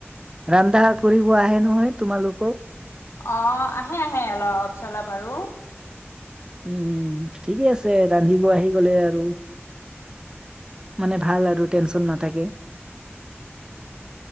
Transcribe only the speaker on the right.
ৰন্ধা কৰিব আহে নহয় তোমালোকক?
উম ঠিকে আছে ৰান্ধিব আহি গলে আৰু মানে ভাল আৰু টেনচন নাথাকে।